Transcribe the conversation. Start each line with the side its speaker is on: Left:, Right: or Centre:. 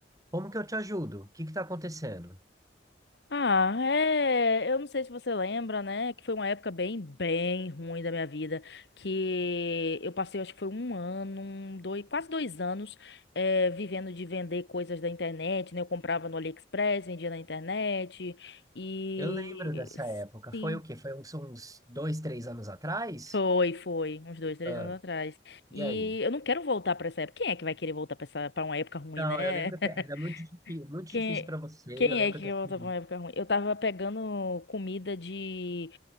Right: Como que eu te ajudo? O que que tá acontecendo?
Left: Ah, é. Eu não sei se você lembra, né? Que foi uma época bem, bem ruim da minha vida. Que eu passei, acho que foi um ano, um, dois, quase dois anos, eh, vivendo de vender coisas da internet, né? Eu comprava no AliExpress, vendia na internet. E.
Right: Eu lembro dessa época. Foi
Left: Sim.
Right: o quê? Foi uns, uns dois, três anos atrás?
Left: Foi, foi. Uns dois, três
Right: Ah,
Left: anos atrás. E
Right: e aí?
Left: eu não quero voltar pra essa época. Quem é que vai querer voltar pra essa, pra uma época ruim,
Right: Não,
Left: né? <laughs>
Right: eu lembro que era muito difícil, muito
Left: Quem,
Right: difícil para você.
Left: quem
Right: Eu lembro
Left: é que
Right: que assim,
Left: volta pra uma época ruim? Eu tava pegando comida de.